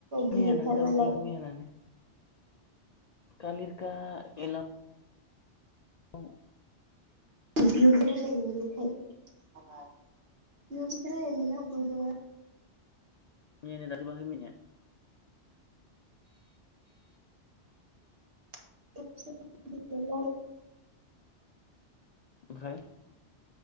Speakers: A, on the right; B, on the left.
A: गिदिरथार
B: मैयानानो दाबो
A: नालाय
B: जोबाखै मैयानानो कालिरखा एल औ।
A: बिदियाव बिदि रायलायनो मोनोखाय। बेयाव बिदि रायज्लायनो मोना बोरमा।
B: मैयानानो दाबो जोबाखै मैयानिया
A: <inaudible>
B: ओमफ्राय